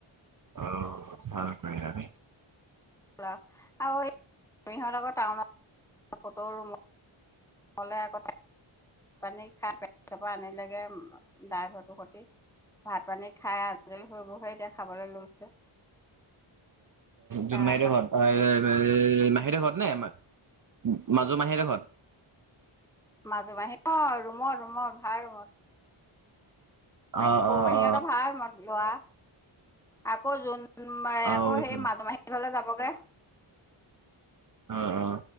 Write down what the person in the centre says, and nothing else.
আৰুহঁত আকৌ টাউনত ফটোৰুত- হলে কথা পানী খাই পে আনিলেগে ড্ৰাইভৰটোৰ সতি- ভাত পানী খাই আজৰি হৈবহে এতিয়া খাবলৈ লৈছে।
তাৰপৰা
মাজু মাহী অ ৰুমত ৰুমত ভাড়া ৰুমত মাহী
সৰু
মাহীহঁতৰ
ভাড়া ৰুমত যোৱা আকৌ যোন মায়ে
আকৌ
সেই মাজুমাহী হতঁৰ ঘৰলে যাবগৈ